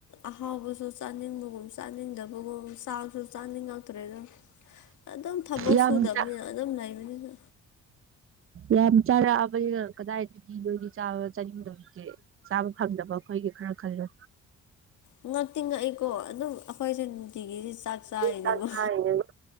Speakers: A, on the left; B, on the right.
A: ꯑꯍꯥꯎꯕꯁꯨ ꯆꯥꯅꯤꯡꯕꯒꯨꯝ ꯆꯥꯅꯤꯡꯗꯕꯒꯨꯝ ꯆꯥꯁꯨ ꯆꯥꯅꯤꯡ ꯉꯥꯎꯇꯔꯦ ꯑꯗꯨ ꯑꯗꯨꯝ ꯊꯕꯛ
B: ꯌꯥꯝ
A: ꯁꯨꯗꯕꯅꯤꯅ
B: ꯆꯥ
A: ꯑꯗꯨꯝ ꯂꯩꯕꯅꯤꯅ
B: ꯌꯥꯝ ꯆꯥꯔꯛꯑꯕꯅꯤꯅ ꯀꯗꯥꯏꯗꯗꯤ ꯅꯣꯏꯗꯤ ꯆꯥꯕ ꯆꯥꯅꯤꯡꯗꯕꯁꯦ ꯆꯥꯕ ꯐꯪꯗꯕꯀꯣ ꯑꯩꯣꯏꯒꯤꯦ ꯈꯔ ꯈꯜꯂꯣ
A: <unintelligible> ꯉꯛꯇꯤ ꯉꯛꯏꯀꯣ ꯑꯗꯨꯝ ꯑꯩꯈꯣꯏꯁꯦ ꯅꯨꯡꯇꯤꯒꯤꯁꯤ ꯆꯥꯛ ꯆꯥꯔꯤꯅꯦꯕ
B: ꯆꯥꯛ ꯆꯥꯔꯤꯅꯦꯕ